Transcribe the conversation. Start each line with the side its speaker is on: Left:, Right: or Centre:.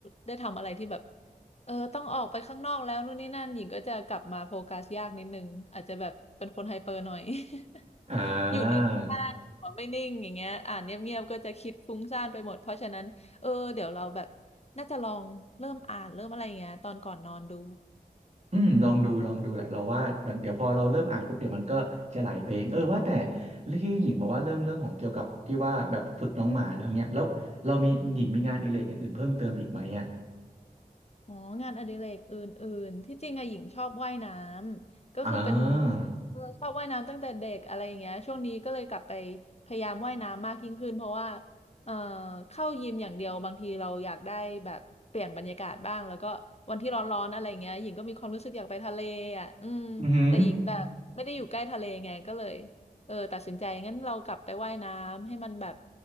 Left: ได้ทำอะไรที่แบบเออต้องออกไปข้างนอกแล้วนู่นนี่นั่นหญิงก็จะกลับมาโฟกัสยากนิดนึงอาจจะแบบเป็นคนไฮเปอร์หน่อย
Right: อ่า
Left: <laughs> อยู่นิ่งไม่ได้หัวไม่นิ่งอย่างเงี้ยอ่านเงียบๆก็จะคิดฟุ้งซ่านไปหมดเพราะฉะนั้นเออเดี๋ยวเราแบบน่าจะลองเริ่มอ่านเริ่มอะไรอย่างเงี้ยตอนก่อนนอนดู
Right: อืมลองดูลองดูแหละเราว่าเดี๋ยวพอเราเริ่มอ่านปุ๊บเดี๋ยวมันก็จะไหลไปเองเออว่าแต่ที่หญิงบอกว่าเรื่องเรื่องของเกี่ยวกับที่ว่าแบบฝึกน้องหมาแล้วเนี่ยแล้วเรามีหญิงมีงานอดิเรกอย่างอื่นเพิ่มเติมอีกไหมอ่ะ
Left: อ๋องานอดิเรกอื่นๆที่จริงอะหญิงชอบว่ายน้ำก็คือเป็น
Right: อ่า
Left: เออชอบว่ายน้ำตั้งแต่เด็กอะไรอย่างเงี้ยช่วงนี้ก็เลยกลับไปพยายามว่ายน้ำมากยิ่งขึ้นเพราะว่าเอ่อเข้ายิมอย่างเดียวบางทีเราอยากได้แบบเปลี่ยนบรรยากาศบ้างแล้วก็วันที่ร้อนๆอะไรเงี้ยหญิงก็มีความรู้สึกอยากไปทะเลอ่ะอืมแต่หญิงแบบไม่ได้อยู่ใกล้ทะเลไงก็เลย
Right: อือหือ
Left: เออตัดสินใจงั้นเรากลับไปว่ายน้ำให้มันแบบ